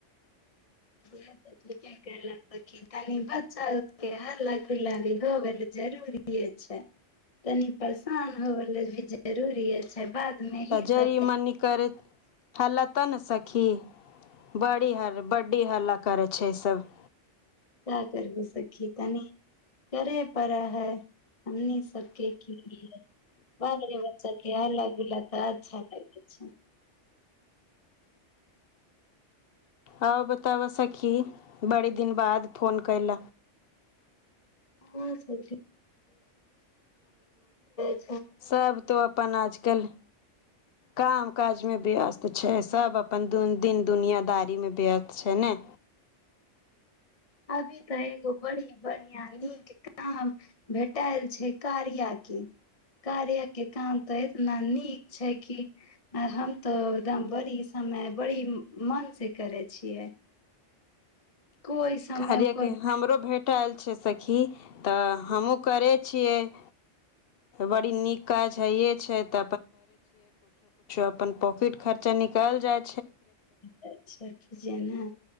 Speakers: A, on the left; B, on the left.
A: ठेल सखी तनी बच्चा उ के हल्ला गुल्ला भी होवे ल जरूरिे छै तनी परेशान होवे ल भी जरूरिे छै बादमे ही
B: तऽ
A: सब
B: जरी मनी करैत हला त ने सखी बड़ी हर बडी हालत कर छै सब
A: क्य करबे सखी तनी करे परे है हमनी सबके क बे ब्च इएह लै तऽ अच्छा लागए छैं
B: बताउ बताबऽ सखी बड़ी दिन बाद फोन कयल
A: हँ सी <unintelligible>
B: सब तो अपन आजकल काम काज मे व्यस्त छै सब अपन दिन दुनिया बड़ीमे व्यस्त छै ने
A: अभी तऽ एगो बड़ी बढ़िआँ नीक काम भेटायल छै कार्यके कार्यके काम तऽ इतना नीक छै कि हम तऽ एकदम बड़ी समय बड़ी मनसँ करै छियै कोइ समय
B: कहलिय
A: कोइ
B: कि हमरो भेटल सखी हमहु करेय छिये बड़ी निक काज छिहिये छी त अपन पोकिट खर्चा निकल जाए
A: ा ने